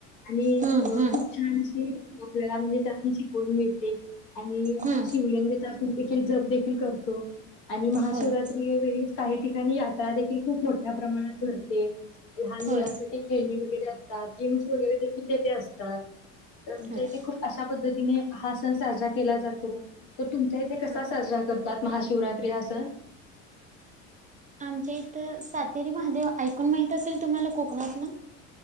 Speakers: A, on the left; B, on the right.
A: आणि
B: हम्म हम्म
A: खूप छान असे आपल्याला म्हणजे त्यातून शिकवून मिळते आणि
B: हम्म
A: शिवलिंगचा आपण देखील जप देखील करतो आणि महाशिवरात्र
B: होय
A: त्यावेळेस काही ठिकाणी यात्रा देखील खूप मोठ्या प्रमाणात भरते लहान मुलांसाठी
B: होय
A: खेळणी वगैरे असतात. गेम्स वगैरे देखील तेथे असतात. आमच्या
B: होय
A: इथे खूप अशा पद्धतीने हा सण साजरा केला जातो तर तुमच्या इथे कसा
B: ह
A: साजरा करतात? महाशिवरात्री हा सण
B: आमच्या इथं सातेरी महादेव ऐकून माहित असेल तुम्हाला कोकणातलं